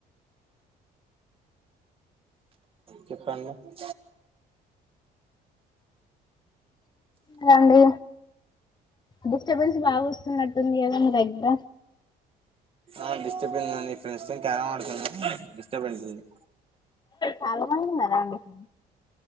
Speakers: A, on the right (about 35°); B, on the left (about 25°).
A: చెప్పంది యి
B: హాయ్ అండి డిస్టర్బెన్స్ బాగా వస్తున్నట్టుంది కదా. ప్రజ్ఞ
A: ఆ డిస్టర్బెన్స్ ఆ ఫ్రెండ్స్తోని తార ఆడుతున్నా డిస్టర్బెన్స్ ఉంది
B: చాలా మంది ఉన్నారా అండి